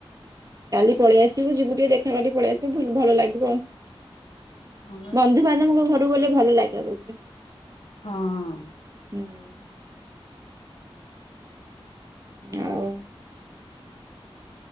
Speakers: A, on the right; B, on the left.
A: କାଲି ପଳେଇଆସିବୁ ଯିବୁ ଟିକେ ଦେଖା କରିକି ପଳେଇଆସୁ ଭୁଲ୍ ଭଲ ଲାଗିବ ଆଉ।
B: ହଁ ବା
A: ବନ୍ଧୁବାନ୍ଧବଙ୍କ ଘରୁକୁ ଗଲେ ଭଲ ଲାଗେ ଅବଶ୍ୟ।
B: ହଁ
A: ହୁଁ। ଆଉ।